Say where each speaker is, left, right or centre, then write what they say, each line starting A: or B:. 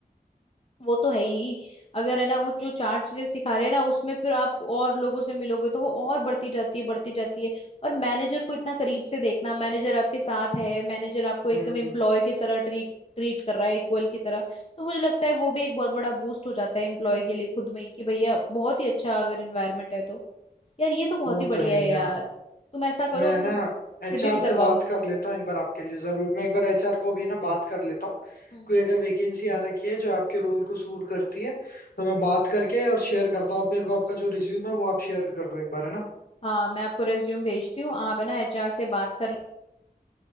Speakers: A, on the left; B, on the left.
A: वो तो है ही अगर है ना वो जो चार चीजें सिखा रहे हैं ना उसमें फिर आप और लोगों से मिलोगे तो वो और बढ़ती जाती है बढ़ती जाती है और मैनेजर को इतना करीब से देखना मैनेजर आपके साथ है मैनेजर आपको एकदम
B: हम्म
A: एम्प्लॉय की तरह ट्रीट ट्रीट कर रहा है इक्वल की तरह तो मुझे लगता है वो भी एक बहुत बड़ा बूस्ट हो जाता है एम्प्लॉय के लिए खुद में ही कि भैया बहुत ही अच्छा अगर इन्वायरमेंट है तो यार ये तो बहुत
B: वो
A: ही बढ़िया
B: तो है
A: है
B: ही
A: यार
B: यार
A: तुम ऐसा करो
B: मैं ना
A: तुम
B: एचआर
A: शेड्यूल
B: से
A: करवाओ
B: बात कर लेता हूँ एक बार आपके लिए जरूर मैं एक बार एचआर को भी ना बात कर लेता हूँ
A: हम्म
B: कोई अगर वैकेंसी आ रखी है जो आपके रोल को सूट करती है तो मैं बात करके और शेयर करता हूँ आप मेरे को आपका जो रिज्यूम है वो आप शेयर कर दो एक बार है ना
A: हाँ मैं आपको रेज्यूम भेजती हूँ आप है ना एचआर से बात कर